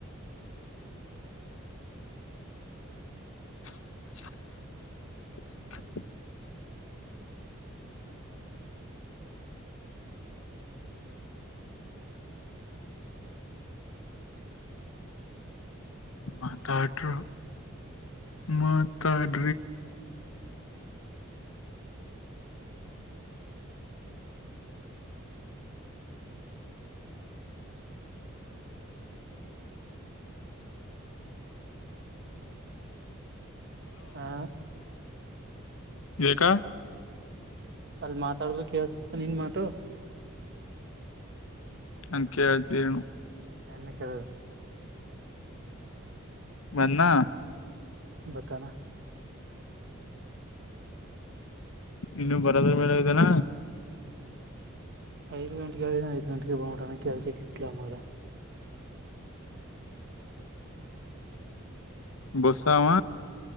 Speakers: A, on the left (about 80°); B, on the right (about 55°).
A: ಹಬ್ ಮಾತಾಡರು ಮಾತಡ
B: ಹಾ
A: ಏಕ
B: ಅವ್ರ್ಗೆ ಮಾತಾಡ್ರರು ಕೇಳ್ಸತ್ತ ನಿನ್ ಮಾತು.
A: ನನ್ ಕೇಳ್ಸಿ ಏನು.
B: ಎಣ್ಣೆ ಕೇಳು
A: ನನ್ನ
B: ಬತ್ತಾನ
A: ಇನ್ನು ಬರದು ಮೇಲೆ ಇದ್ದಾನ.
B: ಐದ್ ಗಂಟೆಗೆ ಹೋಗೋಣ ಐದ್ ಗಂಟೆಗೆ ಹೋಗೋಣ ಕೆಲ್ಸ ಸಿಕ್ರೆ ಅಮ್ಮಾವ್ರ.
A: ಬಸ್ಸು ಅವ.